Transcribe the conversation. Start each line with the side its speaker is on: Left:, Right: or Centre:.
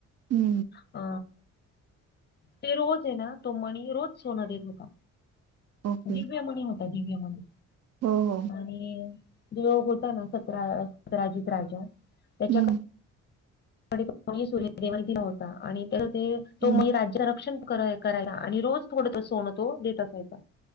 Right: हू
Left: अ ते रोज हे ना तो मणी रोज सोनं देत होता
Right: ओके
Left: दिव्यमणी होता दिव्य मनी
Right: हो हो
Left: आणि जो होता ना सतरा सतराजीत राजा त्याच्या
Right: हम्म
Left: तो मणी सूर्यदेवानी दिला होता आणि त्याच ते तो
Right: हम्म
Left: मी राज्य रक्षण करायला आणि रोज थोड सोनं तो देत असायचा